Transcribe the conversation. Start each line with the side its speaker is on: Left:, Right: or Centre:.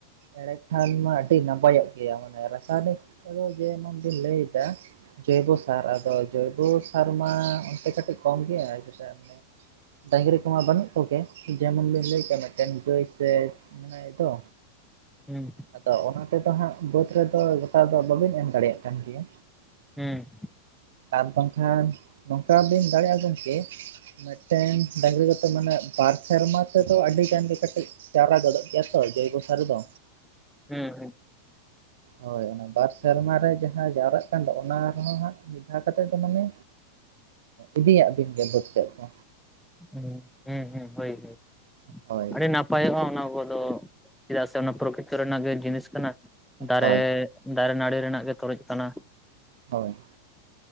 Right: ᱮᱲᱮ ᱠᱷᱟᱱ ᱢᱟ ᱟᱹᱰᱤ ᱱᱟᱯᱟᱭᱚᱜ ᱜᱮᱭᱟ, ᱢᱟᱱᱮ ᱨᱟᱥᱟᱭᱱᱤᱠ ᱠᱚᱫᱚ ᱡᱮᱢᱚᱱ ᱵᱤᱱ ᱞᱟᱹᱭ ᱮᱫᱟ ᱡᱚᱭᱵᱚ ᱥᱟᱨ, ᱟᱫᱚ ᱡᱚᱭᱵᱚ ᱥᱟᱨ ᱢᱟ, ᱠᱟᱹᱴᱤᱡ ᱠᱟᱹᱴᱤᱡ ᱠᱚᱢ ᱜᱮᱭᱟ, ᱪᱮᱫᱟᱜ ᱥᱮ ᱰᱟᱝᱨᱤ ᱠᱚᱢᱟ ᱵᱟᱹᱱᱩᱜ ᱠᱚᱜᱮ, ᱡᱮᱢᱚᱱ ᱵᱤᱱ ᱞᱟᱹᱭ ᱠᱮᱜ ᱢᱤᱫᱴᱮᱱ ᱜᱟᱹᱭ ᱥᱮ ᱢᱮᱱᱟᱭ ᱛᱚ
Centre: ᱦᱩᱸ
Right: ᱟᱫᱚ ᱚᱱᱟ ᱛᱮᱫᱚ ᱦᱟᱸᱜ ᱵᱟᱹᱫᱽ ᱨᱮᱫᱚ ᱜᱚᱴᱟ ᱫᱚ ᱵᱟᱹᱵᱤᱱ ᱮᱢ ᱫᱟᱲᱮᱭᱟᱜ ᱠᱟᱱ ᱜᱮᱭᱟ,
Centre: ᱦᱩᱸ
Right: ᱟᱨ ᱵᱟᱝᱠᱷᱟᱱ ᱱᱚᱝᱠᱟ ᱵᱤᱱ ᱫᱟᱲᱮᱭᱟᱜ-ᱟ ᱜᱚᱢᱠᱮ, ᱢᱮᱴᱮᱱ ᱰᱟᱹᱝᱨᱤ ᱠᱚᱫᱚ ᱢᱟᱱᱮ ᱵᱟᱨ ᱥᱮᱨᱢᱟ ᱛᱮᱫᱚ ᱟᱹᱰᱤ ᱜᱟᱱ ᱜᱮ ᱠᱟᱹᱴᱤᱡ ᱪᱟᱨᱟ ᱜᱚᱫᱚᱜ ᱜᱮᱭᱟ ᱛᱚ ᱡᱚᱭᱵᱚ ᱥᱟᱨ ᱫᱚ,
Centre: ᱦᱩᱸ ᱦᱩᱸ,
Right: ᱦᱳᱭ ᱚᱱᱟ ᱵᱟᱨ ᱥᱮᱨᱢᱟ ᱨᱮ ᱡᱟᱦᱟᱸ ᱡᱟᱣᱨᱟᱜ ᱠᱟᱱ ᱫᱚ ᱚᱱᱟ ᱨᱮᱦᱚᱸ ᱦᱟᱸᱜ ᱢᱤᱫ ᱫᱷᱟᱣ ᱠᱟᱛᱮᱫ ᱫᱚ ᱢᱟᱱᱮ, ᱤᱫᱤᱭᱟᱜ ᱵᱤᱱ ᱜᱮ ᱵᱟᱹᱫᱽ ᱥᱮᱫ ᱫᱚ᱾
Centre: ᱦᱩᱸ, ᱦᱩᱸ ᱦᱩᱸ, ᱦᱳᱭ ᱦᱳᱭ,
Right: ᱦᱳᱭ
Centre: ᱟᱹᱰᱤ ᱱᱟᱯ ᱱᱟᱯᱟᱭᱚᱜᱼᱟ ᱚᱱᱟ ᱠᱚᱫᱚ, ᱪᱮᱫᱟᱜ ᱥᱮ ᱚᱱᱟ ᱯᱨᱚᱠᱤᱛᱚ ᱨᱮᱱᱟᱜ ᱜᱮ ᱡᱤᱱᱤᱥ ᱠᱟᱱᱟ ᱫᱟᱨᱮ
Right: ᱦᱳᱭ
Centre: ᱫᱟᱨᱮ ᱱᱟᱹᱲᱤ ᱨᱮᱱᱟᱜ ᱜᱮ ᱛᱚᱨᱡᱽ ᱠᱟᱱᱟ᱾
Right: ᱦᱳᱭ,